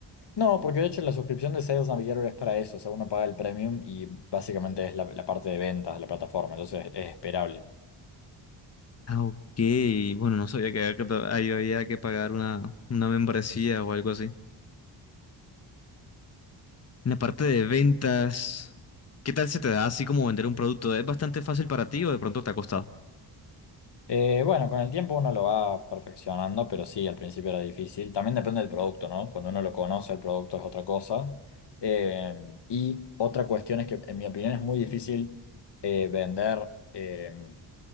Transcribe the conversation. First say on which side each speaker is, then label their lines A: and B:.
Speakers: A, on the left (about 60°); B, on the left (about 30°).
A: No, porque de hecho la suscripción de Sales Navigator es para eso. O sea, uno paga el premium y básicamente es la, la parte de ventas de la plataforma. Entonces es esperable.
B: Ah, ok, bueno, no sabía que había que, pa- ahí había que pagar una, una membresía o algo así. En la parte de ventas, ¿qué tal se te da así como vender un producto? ¿Es bastante fácil para ti o de pronto te ha costado?
A: Eh, bueno, con el tiempo uno lo va perfeccionando, pero sí, al principio era difícil. También depende del producto, ¿no? Cuando uno lo conoce, el producto es otra cosa. Eh, y otra cuestión es que, en mi opinión, es muy difícil eh, vender eh,